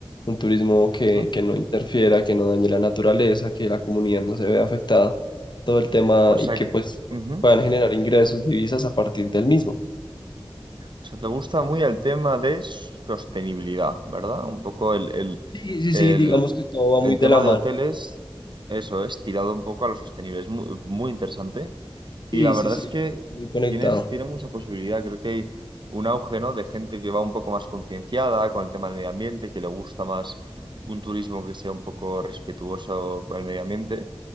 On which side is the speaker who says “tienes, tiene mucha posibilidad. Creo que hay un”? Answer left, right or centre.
Right